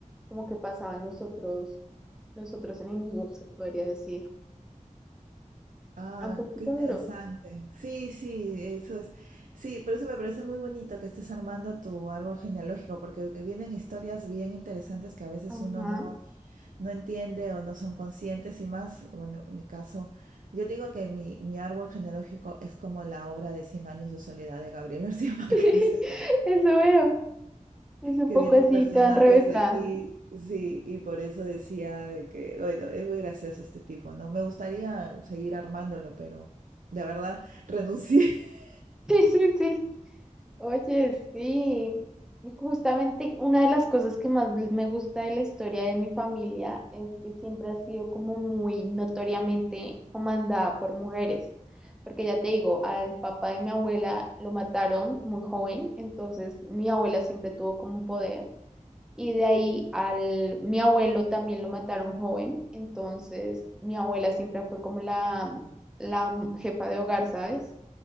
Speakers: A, in the centre; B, on the right (about 80°).
A: como que pasaban los otros, los otros enemigos, se podría decir.
B: Ah,
A: <laughs> Era un poquito
B: qué interesante.
A: duro.
B: Sí, sí, eso es. Sí, por eso me parece muy bonito que estés armando tu árbol genealógico, porque que vienen historias bien interesantes que a veces
A: Ajá.
B: uno no, no entiende o no son conscientes y más, bueno, en mi caso, yo digo que mi, mi árbol genealógico es como la obra de Cien años de soledad de Gabriel <laughs> García Márquez
A: <laughs> Eso veo. Es un
B: que
A: poco
B: vienen
A: así,
B: personajes
A: tan revesada.
B: aquí,
A: <laughs>
B: sí, y por eso decía de que, bueno, es muy gracioso este tipo, ¿no? Me gustaría seguir armándolo, pero la verdad renuncié. <laughs>
A: Sí, sí, sí. Oye, sí. Justamente una de las cosas que más me gusta de la historia de mi familia es que siempre ha sido como muy notoriamente comandada por mujeres. Porque ya te digo, al papá de mi abuela lo mataron muy joven, entonces mi abuela siempre tuvo como un poder. Y de ahí al mi abuelo también lo mataron joven, entonces mi abuela siempre fue como la, la jefa de hogar, ¿sabes?